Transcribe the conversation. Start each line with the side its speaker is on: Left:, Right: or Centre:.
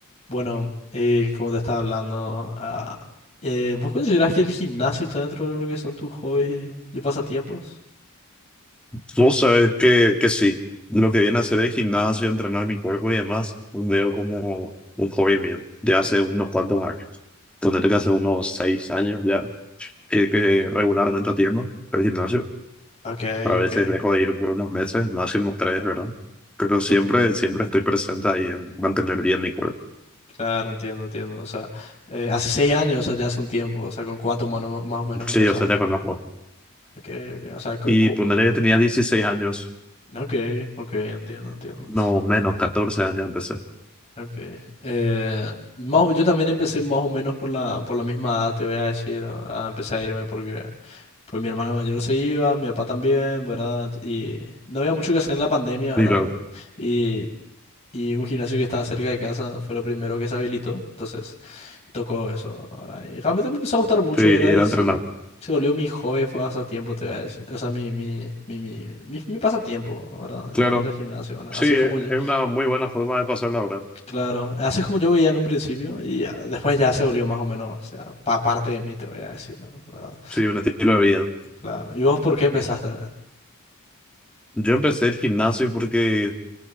Left: Bueno, eh, como te estaba hablando, ah, eh, ¿vos considerás que el gimnasio está dentro de lo que son tus hobbies y pasatiempos?
Centre: Tú sabes que, que sí, lo que viene a hacer el gimnasio, entrenar mi cuerpo y demás, veo como un hobby mío de hace unos cuantos años. Tendré que hace unos seis años ya, y que regularmente atiendo el gimnasio.
Left: Ok,
Centre: A veces
Left: ok.
Centre: dejo de ir por unos meses, máximo tres, ¿verdad? Pero siempre,
Left: Cl-
Centre: siempre estoy presente ahí en mantener bien mi cuerpo.
Left: Claro, entiendo, entiendo. O sea, eh, hace seis años, o sea, ya hace un tiempo, o sea, ¿con cuánto mono más o menos empezaste?
Centre: Sí, yo sé, te conozco.
Left: Ok, ok. O sea, cu-
Centre: Y
Left: cu-
Centre: ponerle que tenía dieciséis años,
Left: ok, ok, entiendo, entiendo.
Centre: no menos, catorce años empecé.
Left: Okay. Eh, más o- yo también empecé más o menos por la, por la misma edad, te voy a decir. ah, Empecé a irme porque Pues mi hermana mayor se iba, mi papá también, ¿verdad? Y no había mucho que hacer en la pandemia,
Centre: Digo,
Left: ¿verdad? Y, y un gimnasio que estaba cerca de casa fue lo primero que se habilitó. Entonces, tocó eso, ¿verdad? Y realmente me empezó a gustar mucho,
Centre: Sí,
Left: ¿verdad? Y
Centre: ir a
Left: se,
Centre: entrenar.
Left: se volvió mi hobby, fue pasatiempo, te voy a decir. O sea, mi, mi, mi, mi, mi, mi pasatiempo, ¿verdad?
Centre: Claro,
Left: Ir, a- ir al gimnasio, ¿verdad?
Centre: sí,
Left: Así
Centre: es
Left: es como yo,
Centre: una muy buena forma de pasar la hora.
Left: claro, así es como yo veía en un principio y ya, después ya se volvió más o menos, o sea, pa parte de mí, te voy a decir, ¿no? ¿verdad?
Centre: Sí, un estilo de vida.
Left: Claro. ¿Y vos por qué empezaste?
Centre: Yo empecé el gimnasio porque